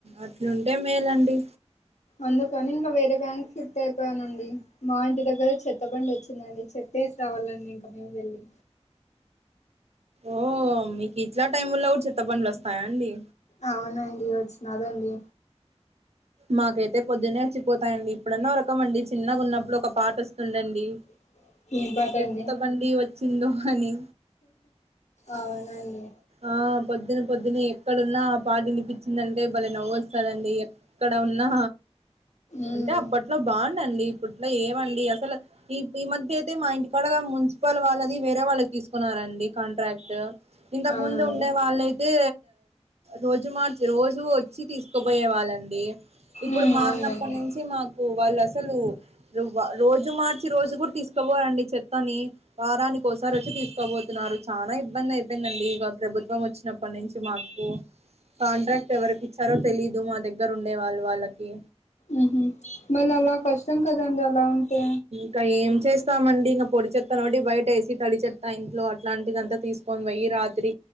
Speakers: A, on the right; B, on the left.
A: అట్లుంటే మేలండి
B: అందుకని ఇంగా వేరే బ్యాంక్ షిఫ్ట్ అయిపోయానండి మా ఇంటి దగ్గర చెత్తబండి వచ్చిందండి చెత్తేసి రావాలండి ఇంకా మేము వెళ్ళి
A: ఓ మీకు ఇట్లా టైంల్లో కూడా చేత్తబండ్లు వస్తాయండి
B: అవునండి వచ్చినదండి
A: మాకైతే పొద్దునే వచ్చిపోతాయండి ఇప్పుడన్న ఒక రకం అండి చిన్నగా ఉన్నప్పుడు ఒక పాట వస్తుందండి
B: <inaudible> పాట
A: చెత్తబండి
B: అండి
A: వచ్చిందో అని
B: అవునండి
A: ఆ పొద్దున్న పొద్దున్న ఎక్కడున్నా ఆ పాట వినిపించిందంటే బలే నవ్వు వస్తాదండి ఏక్కడ ఉన్నా
B: ఉమ్
A: అంటే అప్పట్ ఇంట్లో బాగుండండి ఇప్పట్లో ఏమండి అసలు ఈ ఈ మధ్య అయితే మా ఇంటి గాడా ము <unintelligible> వాళ్ళది వేరే వాళ్ళు తీసుకున్నారండి కాంట్రాక్ట్ ఇంతకు
B: అవునండి
A: ముందు ఉండే వాళ్ళై తే రోజు మార్చి రోజు వచ్చి తీసుకుపోయే వాళ్ళండి ఇప్పుడు
B: ఉమ్
A: మారినప్పటి
B: అవునండి
A: నుంచి మాకు వాళ్ళు అసలు రోజు మార్చి రోజు కూడా తీసుకోపోవరండి చెత్తని వారాని ఓసారి వచ్చి తీసుకోబోతున్నారు చాలా ఇబ్బంది అయితంది అంతేనండి వాళ్ళు ప్రభుత్వం వచ్చినప్పటి నుంచి మాకు కాంట్రాక్ట్ ఎవరికి ఇచ్చారో తెలీదు మా దగ్గర ఉండే వాళ్ళు వాళ్ళకి
B: ఉమ్ హా మళ్ళీ అలా కష్టం కదండి అలా ఉంటే
A: ఇంక ఏం చేస్తామండి ఇంక పొడి చెత్త మట్టికి బయట వేసి తడి చెత్త ఇంట్లో అట్లాంటిదంతా తీసుకు కొన్ని ఈ రాత్రి